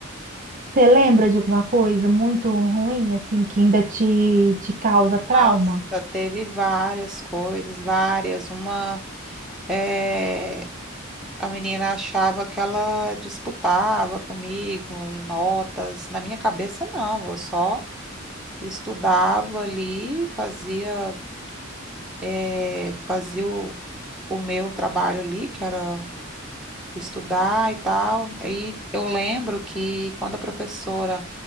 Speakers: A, on the right; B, in the centre.
A: Você lembra de alguma coisa muito ruim, assim, que ainda te, te causa trauma?
B: Nossa, teve várias coisas, várias. Uma, eh, a menina achava que ela disputava comigo em notas. Na minha cabeça, não. Eu só estudava ali, fazia, eh, fazia o, o meu trabalho ali, que era estudar e tal. E eu lembro que quando a professora